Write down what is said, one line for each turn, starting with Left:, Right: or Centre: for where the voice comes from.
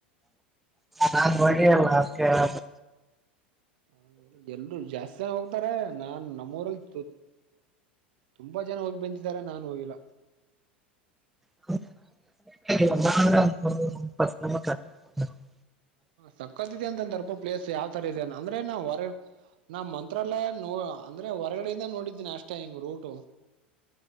Centre: ನಾನ್ ನೋಡನ್ ಅದಕ್ಕ್ ಹೇಳದು.
Right: ಹೌದ ಎಲ್ರು ಜಾಸ್ತಿ ಹೋಗ್ತಾರ. ನಾನ್ ನಮ್ಮ ಊರಲ್ಲಿತು ತುಂಬಾ ಜನ ಹೋಗಿ ಬಂದಿದ್ದಾರೆ ನಾನು ಹೋಗಿಲ್ಲ.
Centre: <inaudible>
Right: ಸಕ್ಕತ್ ಇದೆ ಅಂತಂತರ್ಪ ಪ್ಲೇಸ್ ಯಾವ್ರ ಇದೆ ಅನೆ ಅಂದ್ರೆ ನಾ ಹೊರ. ನಾ ಮಂತ್ರಾಲಯ ನೋ ಅಂದ್ರೆ ಹೊರಗಡೆದ ನೋಡಿದ್ದೀನಿ ಅಷ್ಟೇ ಹಿಂಗ್ ರೂಟ.